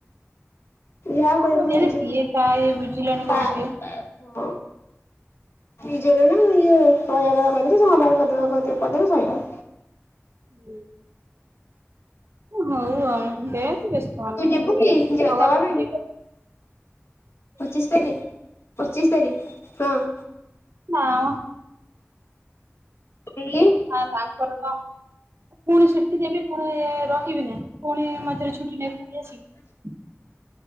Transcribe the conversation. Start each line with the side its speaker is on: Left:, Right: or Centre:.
Left: ଯା କରିବାକୁ
Right: ହଁ
Left: ପଡିବ
Right: ଦେଲେ
Left: ନିଜେ
Right: କିଏ
Left: କରିବାକୁ
Right: କାହା ଇଏ ବୁଝିଲାଣି କହୁନୁ ଟିକେ।
Left: <unintelligible> ନିଜର ନା ଇଏ <unintelligible> ସଇଲା।
Right: ହୁଁ। ହଉ ଆଉ ଦେଖ୍ ବ୍ୟସ୍ତ ହୋନା
Left: ତୁ ଯିବୁ
Right: ଯୋଉଟା
Left: କି
Right: ଭଗବାନଙ୍କୁ
Left: ଦବା ପାଇଁ ପଚିଶ ତାରିଖ ପଚିଶ ତାରିଖ ହଁ।
Right: ନା ମ।
Left: ବିଡ଼ି
Right: ଆଙ୍କର ତ ପୁଣି ସେଠି ଦେବି ପୁଣି ରହିବି ନା। ପୁଣି ମଝିରେ ଛୁଟି ନେବି ପଳେଇ ଆସିବି।